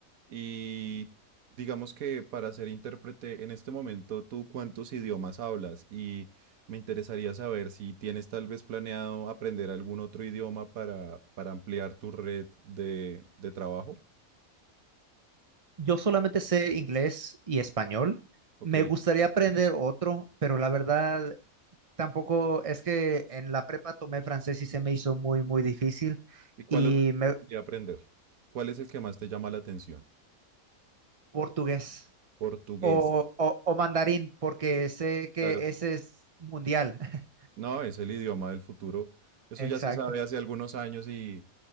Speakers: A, on the right (about 75°); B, on the right (about 40°).
A: Y digamos que para ser intérprete en este momento, ¿tú cuántos idiomas hablas? Y me interesaría saber si tienes tal vez planeado aprender algún otro idioma para, para ampliar tu red de, de trabajo.
B: Yo solamente sé inglés y español.
A: ok.
B: Me gustaría aprender otro, pero la verdad tampoco es que en la prepa tomé francés y se me hizo muy, muy difícil.
A: ¿Y cuál
B: Y
A: otro te
B: me,
A: gustaría aprender? ¿Cuál es el que más te llama la atención?
B: portugués
A: Portugués.
B: o, o, o mandarín, porque sé que
A: Claro,
B: ese es mundial. <laughs>
A: no, es el idioma del futuro. Eso
B: Exacto.
A: ya se sabe hace algunos años y,